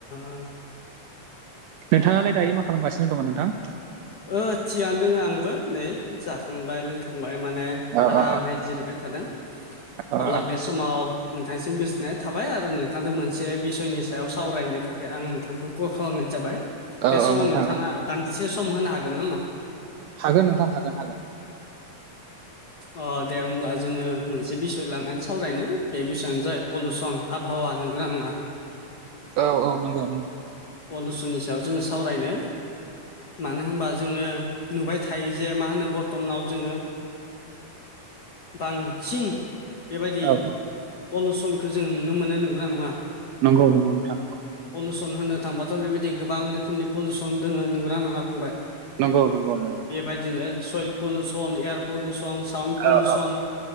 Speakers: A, on the left (about 70°); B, on the right (about 80°).
A: अ
B: नोंथाङालाय दायो मा खालामगासिनो दङ नोंथां।
A: ओ थिगानो दोङ आंबो नै जाखांबाय लोंखांबाय माने
B: औ
A: आरामै
B: औ
A: जिरायबाय थादों।
B: औ
A: अब्ला बे समाव नोंथांनिसिम गोजोननाय थाबाय आरो नोंथांजों मोनसे बिसयनि सायाव सावरायनो थाखाय आं नोंथांखौ कल खालामनाय जाबाय
B: औ
A: बे समाव
B: औ नोंथां
A: नोंथाङा
B: औ
A: दान्दिसे सम होनो हागोन नामा?
B: हागोन नोंथां हागोन हागोन।
A: अ दे होनब्ला जोङो मोनसे बिसय लानानै सावरायनो बे बिसयानो जाय पलिुसन आबहावा नंगौना नङा।
B: औ औ नंगौ नंगौ।
A: पलिुसननि सायाव जोङो सावरायनो मानो होनबा जोङो नुबाय थायो जे मा होनो बर्थ'मानाव जोङो। बांसिन बेबायदि
B: औ औ
A: पलुउसनखौ जों नुनो मोनो नंगौना नङा?
B: नंगौ नंगौ नोंथां नंगौ।
A: पलिुसन होनो थांबाथ' बेबायदि गोबां रोखोमनि पलुसन दङ नंगना नङा फंबाय।
B: नंगौ नंगौ नंगौ।
A: बेबायदिनो soil pollution, air pollution, sound पलिुसन
B: औ औ